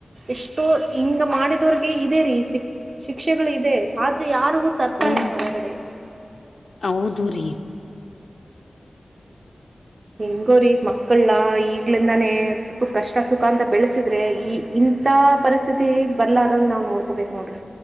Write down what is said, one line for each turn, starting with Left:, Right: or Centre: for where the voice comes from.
Right: ಎಷ್ಟೋ ಹಿಂಗ ಮಾಡಿದವ್ರಿಗೆ ಇದೆ ರೀ ಸಿಕ್ ಶಿಕ್ಷೆಗಳು ಇದೆ ಆದ್ರೆ ಯಾರಿಗೂ ತರ್ತಾ
Left: ಹ್ಮ
Right: ಇಲ್ಲ ಹೊರಗಡೆ.
Left: ಹೌದು ರಿ.
Right: ಹೆಂಗೋರಿ ಮಕ್ಕಳನಾ ಈಗ್ಲಿಂದಾನೇ ಕಷ್ಟ ಸುಖಾಂತ ತ ಬೆಳಸಿದ್ರೆ ಈ ಇಂಥ ಪರಿಸ್ಥಿತಿ ಬರ್ಲಾದಂಗ ನಾವು ನೋಡ್ಕೋಬೇಕು ನೋಡ್ರಿ.